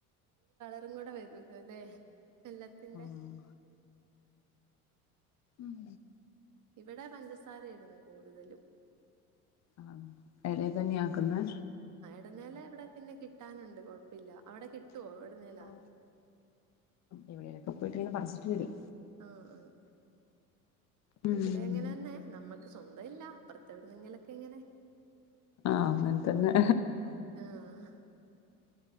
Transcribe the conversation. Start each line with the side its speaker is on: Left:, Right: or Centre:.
Right: അും കൂടെ വര അല്ലേ വെള്ളത്തിന്റെ
Left: ആഹ് ഉം
Right: ഇവിടെ പഞ്ചസാരയാ ഇടുന്നത് കൂടുതലും
Left: ആ ഇട തന്നെയ ആക്കുന്ന
Right: ഇടനില ഇവിടെ പിന്നെ കിട്ടാനുണ്ട് കുഴപ്പമില്ല അവിടെ കിട്ടുവോ ഇടനേല
Left: ആ എവിടെലൊക്കെ പോയിട്ട്ങ്ങെ പറച് വരും
Right: ആ ആ
Left: ഉം
Right: ഇവിടെ എങ്ങനെ തന്നെ നമ്മക്ക് സ്വന്ത ഇല്ല അപ്പർത്ത് എവിടെന്നെങ്കിലൊക്കെ ഇങ്ങനെ
Left: ആഹ് അങ്ങൻ തന്നെ
Right: കി ആഹ്